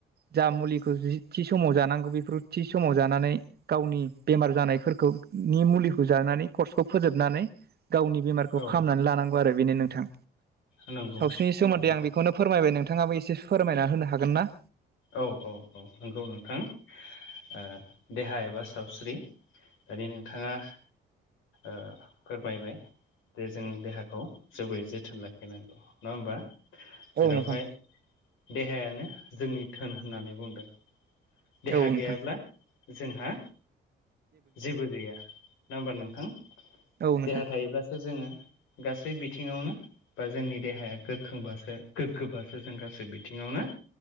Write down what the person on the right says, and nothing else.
जा मुलिखौ जि थि समाव जानांगौ बेफोर थि समाव जानानै। गावनि बेमार जानायफोरखौनि मुलिखौ जानानै कर्सखौ फोजोबनानै गावनि बेमारखौ
फाहामनानै लानांगौ आरो बेनो नोंथां।
सावस्रिनि
सोमोन्दै आं बेखौनो फोरमायबाय नोंथाङाबो एसे फोरमायना होनो हागोन ना?
औ नोंथां
औ
नोंथां
औ नोंथां